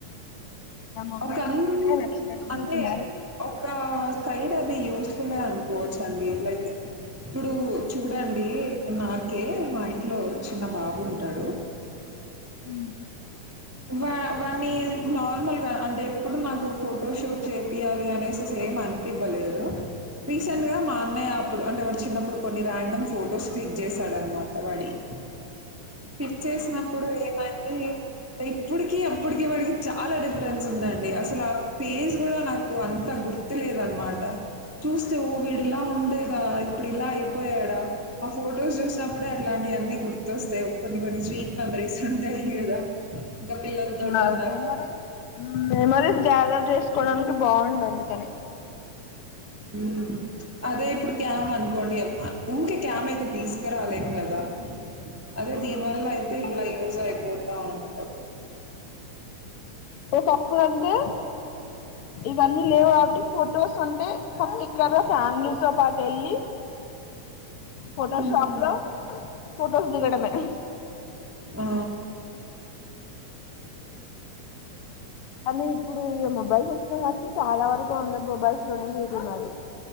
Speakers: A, on the left; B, on the right.
A: ఇలా మొబైల్స్
B: ఒక అణువు
A: లోనే నచ్చినట్టు దిగుతున్నారు
B: అంతే ఒక స్థై అది యూస్ఫులే అన్కో ఓచ్చండి లైక్ ఇప్పుడు చూడండి నాకే మా ఇంట్లో చిన్న బాబుంటాడు
A: ఉమ్
B: వా వన్నీ నార్మల్గా అంటేప్పుడు నాకు ఫోటో షూట్ చేపియ్యాలి అనేసి సే ఏం అన్పివ్వలేదు రీసెంట్గా మా అన్నయ్య అప్పుడు అంటే వాడి చిన్నప్పుడు కొన్ని రాండమ్ ఫొటోస్ స్టిక్ జేశాడన్మాట వడియి పిక్ చేసినప్పుడు ఏమందీ ఇప్పుడికి అప్పుడికి వాడికి చాలా డిఫరెన్స్ ఉందండి అసల పేజ్ గుడా నాకు అంత గుర్త్ గుర్తులేదన్మాట చూస్తే ఓ వీడిలా ఉండేదా ఇప్పుడిలా ఐపోయాడా ఆ ఫొటోస్ జుస్నప్పుడే అట్లాంట్ ఇఅన్ని గుర్తొస్తయ్ కొన్ని కొన్ని స్వీట్ మెమరీస్ ఉంటయ్ గదా ఇంకా పిల్లలతోటన్నాక.
A: ఆ మెమరీ మ్ మెమరీ గ్యాదర్ జేస్కోడానికి బావుండ్ అంద్ కనీ
B: ఉమ్ అదే ఇప్పుడు క్యామ్ అనుకోండి ఊకే క్యామ్ ఐతే తీస్కరాలెం కదా అదే దీన్వల్లైతే ఇట్లా యూజ్ అయిపో బావుండు
A: ఒకప్పుడన్కో ఇవన్నీ లేవు కావట్టి ఫోటోస్ అంటే పట్టిక్లర్గా ఫ్యామ్లీతో పాటెళ్ళి ఫోటో
B: హ్మ్.
A: షాప్ లో ఫొటోస్ దిగడమే
B: ఆ
A: మళ్లీ ఇప్పుడు ఇగ మొబైల్స్ ఒచ్చినయ్ కావట్టి చాలా వరకు అందర్ మొబైల్స్ లోనే జూస్త్ ఉన్నాడు